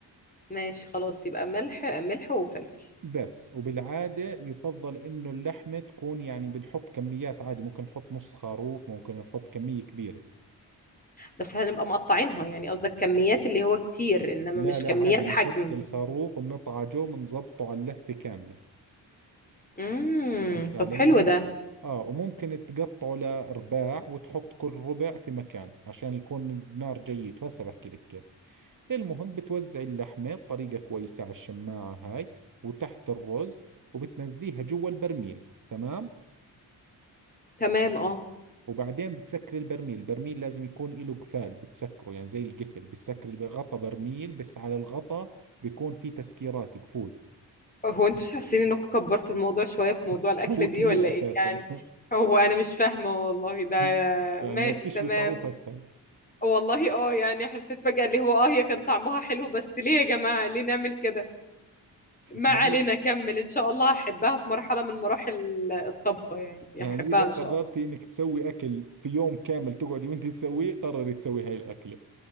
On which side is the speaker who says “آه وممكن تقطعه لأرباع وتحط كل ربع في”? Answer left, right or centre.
Right